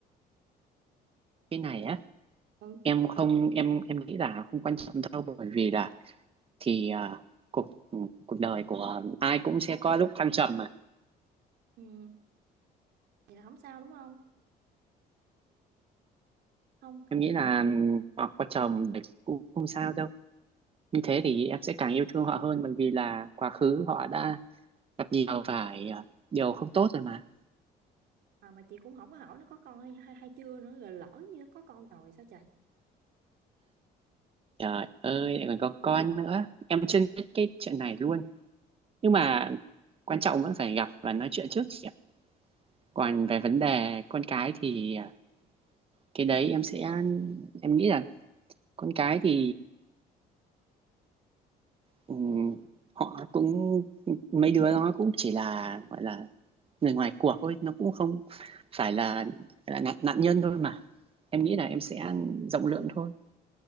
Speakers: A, on the right (about 35°); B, on the right (about 75°).
A: cái này á
B: ừ,
A: em không em em nghĩ là không quan trọng đâu bởi vì là thì à, cuộc cuộc đời của ai cũng sẽ có lúc thăng trầm mà
B: ừ. vậy là không sao đúng không không
A: em nghĩ là họ có chồng thì cũng không sao đâu như thế thì em sẽ càng yêu thương họ hơn bởi vì là quá khứ họ đã gặp nhiều phải à, điều không tốt rồi mà
B: à, mà chị cũng không có hỏi nó có con hay hay, hay chưa nữa rồi lỡ như có con rồi sao trời
A: trời ơi lại còn có con nữa em chưa biết cái chuyện này luôn nhưng mà quan trọng vẫn phải gặp và nói chuyện trước chị ạ còn về vấn đề con cái thì à, cái đấy em sẽ em nghĩ là con cái thì Ừ, họ cũng mấy đứa nó cũng chỉ là gọi là người ngoài cuộc thôi nó cũng không phải là, là nạn, nạn nhân thôi mà em nghĩ là em sẽ rộng lượng thôi